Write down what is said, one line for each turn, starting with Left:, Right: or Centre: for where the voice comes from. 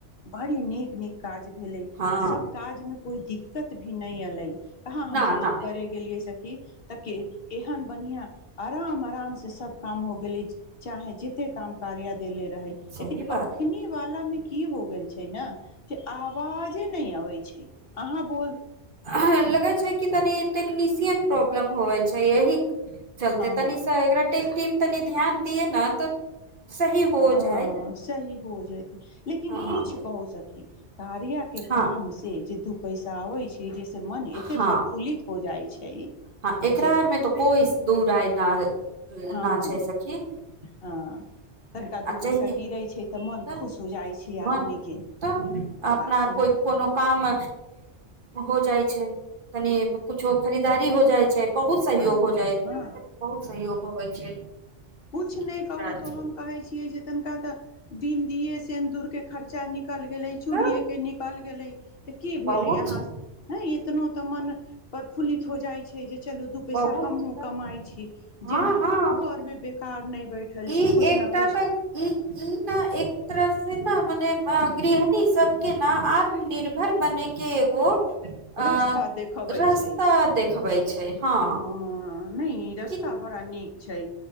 Left: बड़ी नीक नीक काज भेलै
Right: हँ
Left: आ सब काज मे कोइ दिक्कत भी नहि अलय कहाँ हमस
Right: न
Left: जब
Right: न
Left: करे गेलियै सखी तऽ के एहन बढ़िआँ आराम आराम से सब काम हो गेली चाहे जितना काम कर्य अ देले रहै
Right: सही
Left: लेकिन
Right: बात
Left: अखनी वाल मे इ हो गेल छै ने जे आवाजे न अबे छै अहाँ बोल
Right: हँ लगे छै कि तने तकनिशियन प्रॉब्लम होइ छै अह चलते
Left: हँ
Right: तनीशा एकगरा टेकती तनि ध्यान दिए ने तऽ सही हो
Left: हँ
Right: जाइ
Left: सही हो जाइते लेकिन
Right: हँ
Left: कुछ कहू सकी कार्य के काम
Right: हँ
Left: से जे दुःख पैसा होै जाहिस मन एते
Right: हँ
Left: प्रफुल्लित हो जाइ छै
Right: हँ एकरा
Left: जे
Right: आर मे तो कोइ दू राय न
Left: हँ
Right: न छै सखी आ
Left: हँ तनिका दू पैसा
Right: जइया
Left: गिरै छै तऽ मन खुश हो जाइ छै
Right: मन
Left: आदमीके
Right: तऽ अपनार
Left: हँ
Right: कोइ कोनो काम हो जाइ छै कनि किुछो खरीदारी हो जाइ छै बहुत सहयोग
Left: ह
Right: हो जाइ बहुत सहयोग होबै छै
Left: किछ नहि
Right: एकरा
Left: कहू
Right: आर
Left: तऽ
Right: से
Left: हम कहै छियै जे तनिका तऽ दिन दीए सेनदूरके खर्चा निकलि गेलै चूड़िये
Right: तऽ
Left: के निकलि गेलै तऽ के भेलै
Right: बहुत
Left: यहाँ हँ इतनो तऽ मन प्रफुल्लित हो जाइ छै जे दु पैसा
Right: बहुत
Left: हमहू
Right: त
Left: कमाए छी
Right: हँ
Left: जेना
Right: हँ
Left: घर मे देख कार नहि बैठल
Right: ई
Left: छी कुछ
Right: एकटा
Left: ने कुछ
Right: तऽ ई ई नहि एक तर से ने मने गृहणी सबके ने आत्मनिर्भर बने के एगो अ
Left: रस्ता देखबै
Right: रास्ता
Left: छै
Right: देखबे छै हँ
Left: हँ नहि रस्ता
Right: कि
Left: बड़ा नीक छै